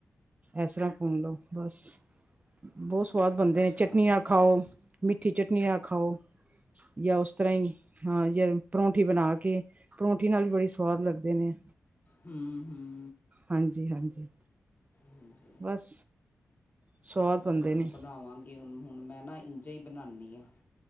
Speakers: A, on the right; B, on the left.
A: ਇਸ ਤਰ੍ਹਾਂ ਭੁਣ ਲਓ ਬਸ ਬਹੁਤ ਸਵਾਦ ਬਣਦੇ
B: ਅੱਛਾ
A: ਨੇ ਚਟਨੀ ਨਾ ਖਾਓ ਮਿੱਠੀ ਚਟਨੀ ਨਾ ਖਾਓ ਜਾਂ ਉਸ ਤਰ੍ਹਾਂ ਹੀ ਹਾਂ ਜਿ ਪਰੌਂਠੀ ਬਣਾ ਕੇ ਪਰੌਂਠੀ ਨਾਲ ਵੀ ਬੜੇ ਸਵਾਦ ਲੱਗਦੇ ਨੇ
B: ਹਮ ਹਮ
A: ਹਾਂਜੀ ਹਾਂਜੀ
B: ਹਾਂਜੀ
A: ਬਸ ਸਵਾਦ ਬਣਦੇ
B: ਚਲੋ
A: ਨੇ।
B: ਬਣਾਵਾਂਗੇ ਹੁਣ ਹੁਣ ਮੈਂ ਨਾ ਇੰਝੇ ਹੀ ਬਣਾਉਦੀ ਹਾਂ